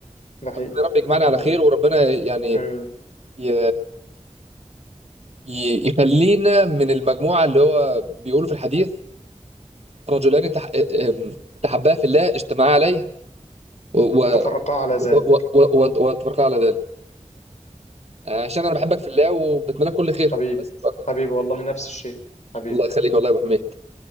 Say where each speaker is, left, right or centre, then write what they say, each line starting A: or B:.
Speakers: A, on the left; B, on the right.
A: ده حقيقي
B: يا رب يجمعنا
A: ده
B: على
A: حقيقي
B: خير وربنا يعني
A: امم
B: ي... ي... يخلينا من المجموعة اللي هو بيقولوا في الحديث رجلان تح... ام- تحبا في الله اجتمعا عليه و... و...
A: وتفرقا على ذلك
B: و... و... و... وتفرقا على ذلك عشان أنا بحبك في الله وبتمنى لك كل خير
A: حبيبي
B: بس مش أكتر
A: حبيبي والله نفس الشيء حبيبي
B: الله يخليك والله يا أبو حميد